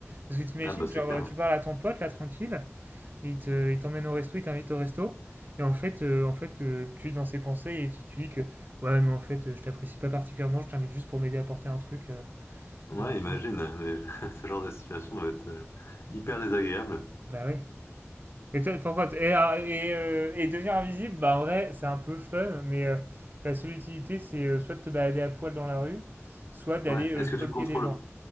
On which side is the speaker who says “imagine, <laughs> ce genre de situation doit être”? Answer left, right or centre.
Left